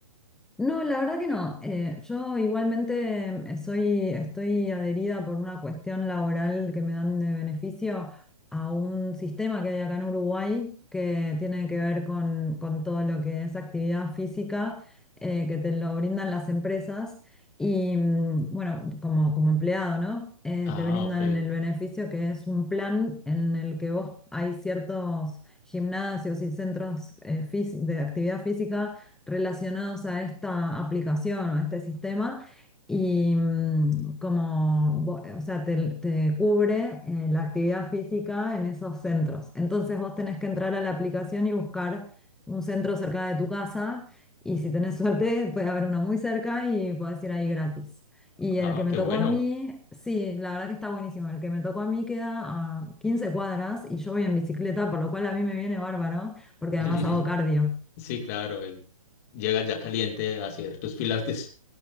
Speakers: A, in the centre; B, on the left.
A: No, la verdad que no. Eh, yo igualmente eh, soy, estoy adherida por una cuestión laboral que me dan de beneficio a un sistema que hay acá en Uruguay que tiene que ver con, con todo lo que es actividad física, eh, que te lo brindan las empresas y mm, bueno, como, como empleado, ¿no? Eh,
B: Ah,
A: te brindan
B: ok.
A: el beneficio que es un plan en el que vos hay ciertos gimnasios y centros eh, fisi- de actividad física relacionados a esta aplicación o a este sistema y mm, como, vo- o sea, te, te cubre eh, la actividad física en esos centros. Entonces vos tenés que entrar a la aplicación y buscar un centro cerca de tu casa y si tenés <laughs> suerte puede haber uno muy cerca y podés ir ahí gratis. Y
B: Ah,
A: el que me
B: qué
A: tocó
B: bueno.
A: a mí, sí, la verdad que está buenísimo. El que me tocó a mí queda a 15 cuadras y yo voy en bicicleta, por lo cual a mí me viene bárbaro, porque
B: <laughs>
A: además hago cardio.
B: Sí, claro. y Llegas ya caliente a hacer tus Pilates.